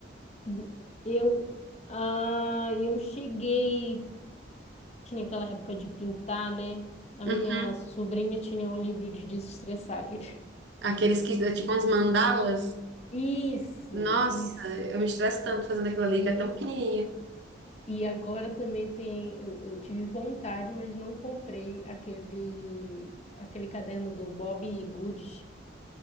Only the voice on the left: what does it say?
eu, eu, ah, eu cheguei. Tinha aquela época de pintar, né? A
minha sobrinha tinha um livro de desestressar. que- <laughs>
Isso,
isso.
E agora também tem. Eu, eu tive vontade, mas não comprei aquele, aquele caderno do Bob Goods,